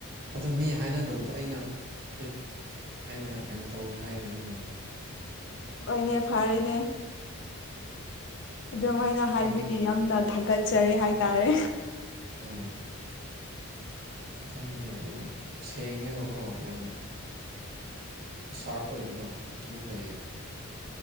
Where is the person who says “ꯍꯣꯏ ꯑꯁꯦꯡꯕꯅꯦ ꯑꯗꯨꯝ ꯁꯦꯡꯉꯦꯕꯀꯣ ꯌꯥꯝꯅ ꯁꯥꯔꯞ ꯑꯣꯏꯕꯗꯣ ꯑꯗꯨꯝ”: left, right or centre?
Right